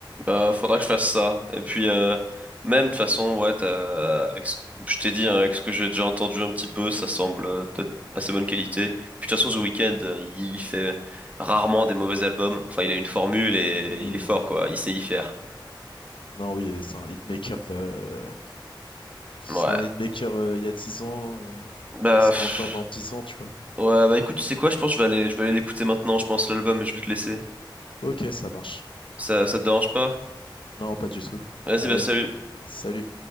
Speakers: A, on the right; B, on the left.
A: Bah, faudra que je fasse ça. Et puis, euh, même de toute façon, ouais, t'as- avec ce- je t'ai dit, hein, avec ce que j'ai déjà entendu un petit peu, ça semble euh, d'être assez bonne qualité. Puis de toute façon, The Weeknd, euh, il fait rarement des mauvais albums. Enfin, il a une formule et
B: Oui,
A: il est fort,
B: euh,
A: quoi. Il sait y faire.
B: non, oui, euh, c'est un hitmaker. euh, ce
A: Ouais.
B: sera un hitmaker euh, il y a dix ans, euh,
A: Bah,
B: il sera
A: pff.
B: encore dans 10 ans, tu vois.
A: ouais, bah écoute, tu sais quoi, je pense que je vais aller, je vais aller l'écouter maintenant, je pense, l'album, et je vais te laisser.
B: Ok, ça marche.
A: Ça, ça te dérange pas?
B: Non, pas du tout.
A: Vas-y,
B: Allez,
A: bah salut.
B: salut.